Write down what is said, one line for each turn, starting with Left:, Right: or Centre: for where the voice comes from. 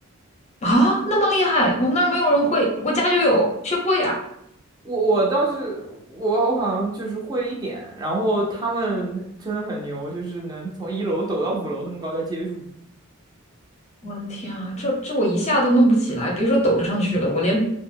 Left: 啊，那么厉害，我们那儿没有人会，我家就有，学不会啊
Right: 我我倒是我我好像就是会一点，然后他们真的很牛，就是能从一楼抖到五楼那么高再接住。
Left: 我的天啊，这这我一下都弄不起来，别说抖上去了，我连